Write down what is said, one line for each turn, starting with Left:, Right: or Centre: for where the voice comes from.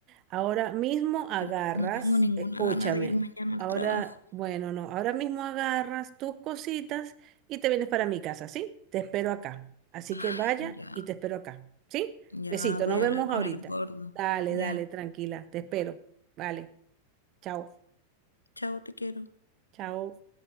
Right: Ahora mismo agarras,
Left: Yo no tengo ninguna
Right: escúchame,
Left: gana de ir mañana al
Right: ahora,
Left: trabajo.
Right: bueno, no, ahora mismo agarras tus cositas y te vienes para mi casa, ¿sí? Te espero acá. Así
Left: Ay,
Right: que vaya
Left: ya,
Right: y te espero acá, ¿sí?
Left: ya
Right: Besito,
Left: voy
Right: nos
Left: a
Right: vemos
Left: hablar con
Right: ahorita.
Left: el gordo.
Right: Dale,
Left: Ya,
Right: dale, tranquila, te espero. Vale, chao,
Left: chao, te quiero.
Right: chao.